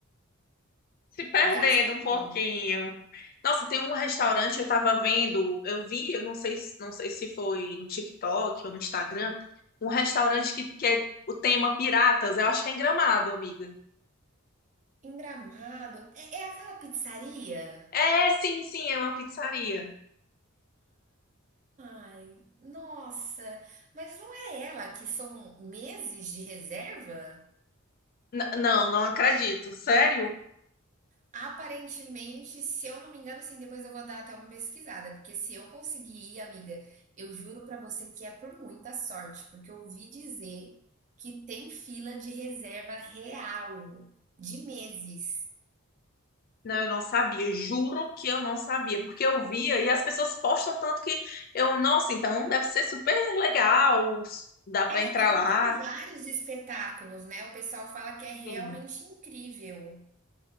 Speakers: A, on the left; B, on the right.
A: se perdendo
B: gasta
A: um
B: tudo.
A: pouquinho. Nossa, tem um restaurante, eu tava vendo, eu vi, eu não sei, se- não sei se foi no TikTok ou no Instagram, um restaurante que, que é o tema piratas, eu acho que é em Gramado, amiga.
B: Em Gramado, é, é aquela pizzaria?
A: É, sim, sim, é uma pizzaria.
B: Ai, nossa, mas não é ela que são meses de reserva?
A: N- não, não acredito. Sério?
B: Aparentemente, se eu não me engano, sim, depois eu vou dar até uma pesquisada, porque se eu conseguir ir, amiga, eu juro pra você que é por muita sorte, porque eu ouvi dizer que tem fila de reserva real, de meses.
A: Não, eu não sabia, juro que eu não sabia, porque eu via e as pessoas postam tanto que eu, nossa, então deve ser super legal, dá para
B: É,
A: entrar
B: é que
A: lá.
B: tem vários espetáculos, né? O pessoal fala que é realmente
A: Enfim,
B: incrível.